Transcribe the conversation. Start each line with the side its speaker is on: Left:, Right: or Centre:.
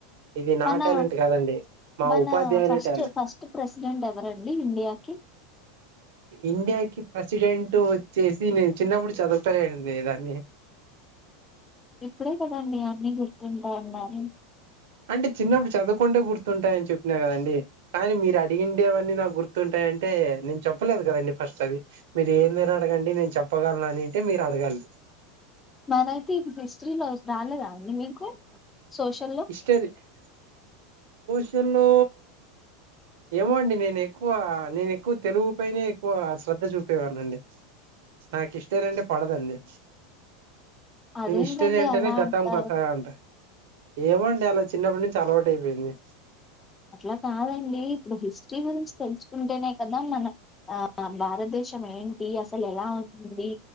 Right: ఇది నా
Left: మన
Right: టాలెంట్ కాదండి మా
Left: మన
Right: ఉపాధ్యాయుల
Left: ఫస్ట్
Right: టాలెంట్
Left: ఫస్ట్ ప్రెసిడెంట్ ఎవరు అండి ఇండియాకి
Right: ఇండియాకి ప్రెసిడెంట్ వచ్చేసి నేను చిన్నప్పుడు చదువుకోలేదండి దాన్ని
Left: ఇప్పుడే కదండి అన్నీ గుర్తుంటాయి అన్నారు
Right: అంటే చిన్నప్పుడు చదువుకుంటే గుర్తుంటాయని చెప్పినా కదండి కానీ మీరు అడిగండేవన్నీ నాకు గుర్తుంటాయి అంటే నేను చెప్పలేదు కదండి ఫస్ట్ అది మీరు ఏందైనా అడగండి నేను చెప్పగలను అని అంటే మీరు అడగాలి
Left: మరి అయితే ఇది <unintelligible> త్రీలో హౌస్ రాలేదా అండి మీకు సోషల్‌లో?
Right: హిస్టరీ చూసి సోషల్లో ఏమో అండి నేను ఎక్కువ నేను ఎక్కువ తెలుగు పైనే ఎక్కువ శ్రద్ధ చూపేవాడినండి నాకు హిస్టరీ అంటే పడదండి
Left: అదేంటండి
Right: నేను హిస్టరీ అంటేనే
Left: అలా
Right: గతం
Left: అంటారు?
Right: గతః అంట ఏమో అండి అలా చిన్నప్పటి నుంచి అలవాటు అయిపోయింది
Left: అట్లా కాదండి ఇప్పుడు హిస్టరీ గురించి తెలుసుకుంటేనే కదా మన ఆ భారతదేశం ఏంటి అసలు ఎలా ఉంది